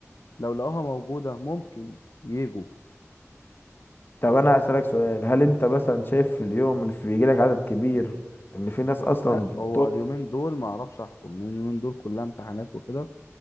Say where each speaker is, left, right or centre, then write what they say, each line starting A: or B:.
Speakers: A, on the left (about 70°); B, on the left (about 40°).
A: لو لقوها موجودة ممكن يجوا
B: طب أنا هسألك سؤال هل أنت مثلا شايف في اليوم إن في- بيجيلك عدد كبير إن في ناس أصلا
A: لا هو اليومين دول ما اعرفش احكم لان اليومين دول كلها امتحانات وكده